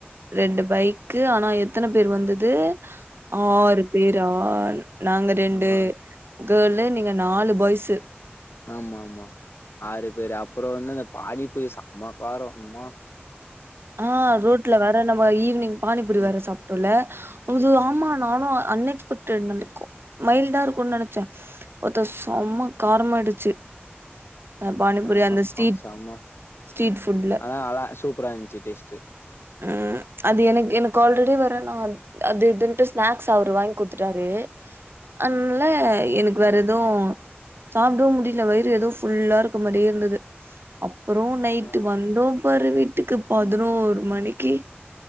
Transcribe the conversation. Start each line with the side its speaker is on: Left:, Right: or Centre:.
Right: ரெண்டு பைக்கு ஆனா எத்தன பேர் வந்தது ஆறு பேரா நாங்க ரெண்டு
Left: ஆமா
Right: கேர்ளு நீங்க நாலு பாய்ஸு
Left: ஆமா ஆமா ஆறு பேரு அப்புறோ வந்து அது பானிபூரி செம்ம காரோ ம்மா
Right: ஆ ரோட்ல வேற நம் ஈவினிங் பானிபுரி
Left: ம்
Right: வேற சாப்டோல்ல உது ஆமா நானு அன்எக்ஸ்பெக்டட் நனைக்கொ மைல்டா இருக்குன் நெனச்சே ஒருத்த சம காரமாயிடுச்சு அ பானிபூரி
Left: ஆமாமா
Right: அந்த ஸ்ட்ரீட்
Left: செம
Right: ஸ்ட்ரீட் ஃபுட்ல
Left: ஆனா அல்ல சூப்பரா இருன்சு டேஸ் டு
Right: உஹம் அது எனக்கு எனக்கு ஆல்ரெடி வேற நா அது இதுன்டு ஸ்நாக்ஸ் அவரு வாங்கி குடுத்துட்டாரு அதனால எனக்கு வேற எதுவு சாப்டவு முடியல வயிறு ஏதோ ஃபுல்லா இருக்க மாரியே ருந்தது அப்றோ நைட்டு்
Left: ஆ.
Right: வந்தோம் ப்பரு வீட்டுக்கு பதினோரு மணிக்கு